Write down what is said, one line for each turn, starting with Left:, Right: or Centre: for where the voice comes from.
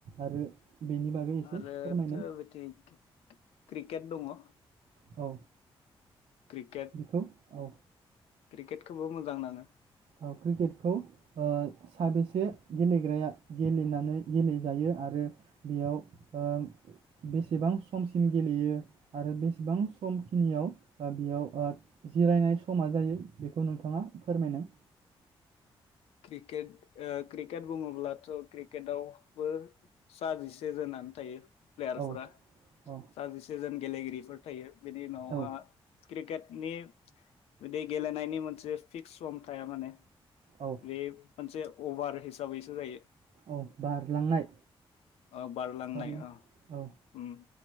Right: आरो बेनि बागै एसे
Left: आरोथो
Right: फोरमायनाय
Left: बो थिक क्रिकेट दङ।
Right: औ।
Left: क्रिकेट
Right: बेखौ औ।
Left: क्रिकेटखौबो मोजां नाङो।
Right: औ क्रिकेटखौ ओ साबेसे गेलेग्राया गेलेनानै गेलेजायो आरो बेयाव ओ बेसेबां समसिम गेलेयो आरो बेसेबां समखिनियाव ओ बियाव ओ जिरायनाय समा जायो बेखौ नोंथाङा फोरमायनाय।
Left: क्रिकेट ओ क्रिकेट बुङोब्लाथ' क्रिकेटआवबो सा जिसे जोनानो थायो। प्लेयारफोरा
Right: औ औ
Left: सा जिसेजोन गेलेगिरिफोर थायो। बेनि उनावहा
Right: औ
Left: क्रिकेटनि बिदि गेलेनायनि मोनसे फिक्स सम थाया माने।
Right: औ
Left: बे मोनसे अभार हिसाबैसो जायो।
Right: औ बारलांनाय
Left: ओ बारलांनाय
Right: बारलां
Left: ओ
Right: औ
Left: ओम।